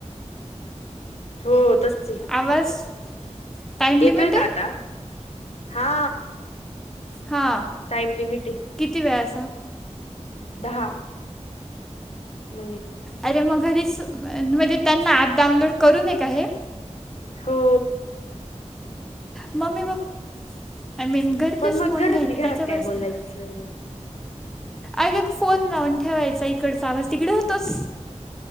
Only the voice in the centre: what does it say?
आवाज टाईम
लिमिट
हा
किती वेळाचा.
अरे मग घरीच म्हणजे त्यांना ऍप डाऊनलोड करू नये का हे
मम्मी बा आय मीन घरचेच
फोन
घ्यायचे
त्याच्यावरच
ना ऐका फोन लावून ठेवायचा इकडचा आवाज तिकडं होतोच